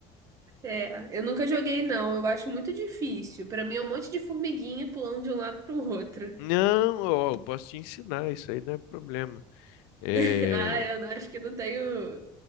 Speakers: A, on the right (about 25°); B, on the left (about 80°).
A: É, eu nunca joguei, não. Eu acho muito difícil. Pra mim é um monte de formiguinha pulando de um lado pro outro.
B: Não, ó, eu posso te ensinar, isso aí não é problema. É,
A: <laughs> Ah, eu não- acho que não tenho